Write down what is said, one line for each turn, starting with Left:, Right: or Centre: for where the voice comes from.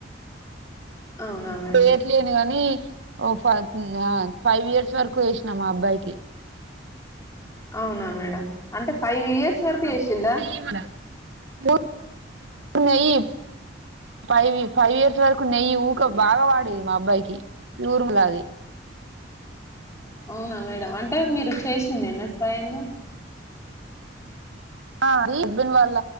Left: అవునా
Right: ఇప్పు
Left: మేడం
Right: వేయట్లేను గాని ఓ ఫ్ ఆ ఫైవ్ ఇయర్స్ వరకు వేసినా మా అబ్బాయికి
Left: అవునా మేడం అంటే ఫైవ్ ఇయర్స్ వరకు
Right: <unintelligible>
Left: చేసిల్లా
Right: నెయ్యి మా నెయ్యి ఫైవ్ ఫైవ్ ఇయర్స్ వరకు నెయ్యి ఊక బాగా వాడేది మా అబ్బాయికి ప్యూర్ మల్లాది
Left: అవునా మేడం అంటే మీరు చేసిందేనా స్వయంగా
Right: ఆ రీబ్బిన్ వాళ్ళ